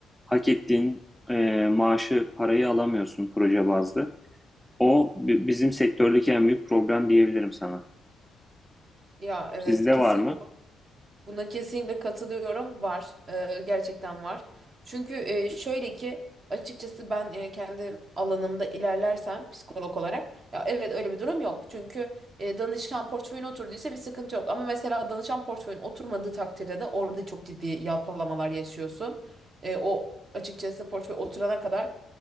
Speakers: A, in the centre; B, on the right (about 45°).
A: hak ettiğin eee, maaşı, parayı alamıyorsun proje bazlı. O bi- bizim sektördeki en büyük problem diyebilirim sana.
B: Ya evet
A: Sizde
B: kesin.
A: var mı?
B: Buna kesinlikle katılıyorum. Var. Ee, gerçekten var. Çünkü e, şöyle ki açıkçası ben e, kendi alanımda ilerlersem psikolog olarak ya evet öyle bir durum yok. Çünkü e, danışan portföyüne oturduysa bir sıkıntı yok. Ama mesela danışan portföyün oturmadığı takdirde de orada çok ciddi yalpalamalar yaşıyorsun. E, o açıkçası portföy oturana kadar